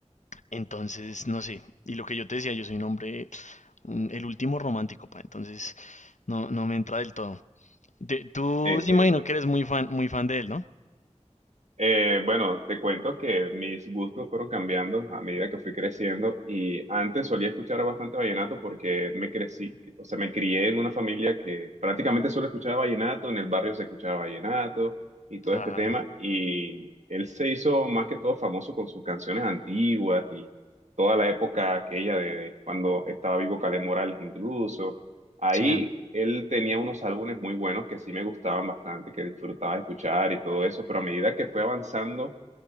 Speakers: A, on the left; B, on the right.
A: Entonces, no sé. Y lo que yo te decía, yo soy un hombre, un- el último romántico, pa. Entonces, no, no me entra del todo. De- tú,
B: Entiendo.
A: sí imagino que eres muy fan, muy fan de él, ¿no?
B: Eh, bueno, te cuento que mis gustos fueron cambiando a medida que fui creciendo y antes solía escuchar bastante vallenato porque me crecí, o sea, me crié en una familia que prácticamente solo escuchaba vallenato, en el barrio se escuchaba vallenato y todo
A: Claro.
B: este tema y él se hizo más que todo famoso con sus canciones antiguas y toda la época aquella de de cuando estaba vivo Caleb Morales incluso. Ahí
A: Sí,
B: él tenía unos álbumes muy buenos que sí me gustaban bastante, que disfrutaba escuchar y todo eso, pero a medida que fue avanzando